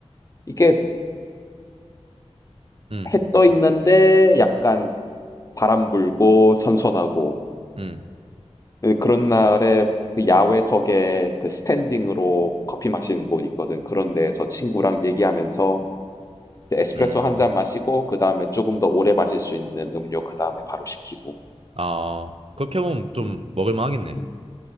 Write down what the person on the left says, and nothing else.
이게
해 떠 있는데 약간 바람 불고 선선하고
예, 그런 날에 그 야외석에 그 스탠딩으로 커피 마시는 곳 있거든. 그런 데에서 친구랑 얘기하면서 이제 에스프레소
한잔 마시고 그다음에 조금 더 오래 마실 수 있는 음료 그다음에 바로 시키고.
음.
음.